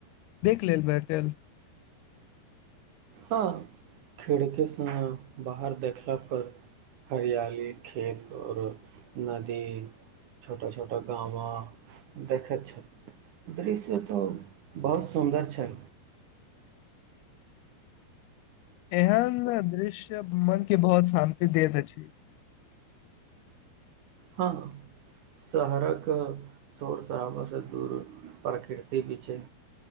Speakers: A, on the left; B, on the right.
A: देख लेल बैठल
B: हँ खिड़केसँ बाहर देखला पर हरियाली खेत आओर नदी छोटा छोटा गाँवा देखैत छल दृश्य तऽ बहुत सुन्दर छै
A: एहन दृश्य मन के बहुत शान्ति देैत अछि
B: हँ शहरक शौर शराबासँ दूर प्रकृति भी छै